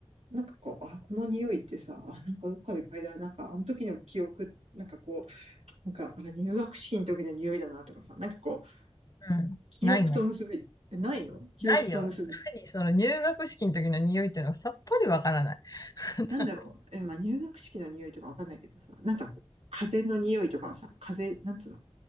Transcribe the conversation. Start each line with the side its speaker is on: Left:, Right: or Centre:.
Right: う、なんかこう、あ、この匂いってさ、あ、なんかどっかで嗅いだ、なんかあの時の記憶、なんかこう、なんかあの入学式の時の匂いだなとかさ、なんかこう、
Left: うん。
Right: 記憶と結び、
Left: ないね。
Right: えないの記憶と結び。
Left: ないよ。何その入学式の時の匂いっていうのがさっぱりわからない。<laughs>
Right: なんだろうえ、まあ、入学式の匂いとかわかんないけどさ、なんかこう、風の匂いとかさ、風、なんつうの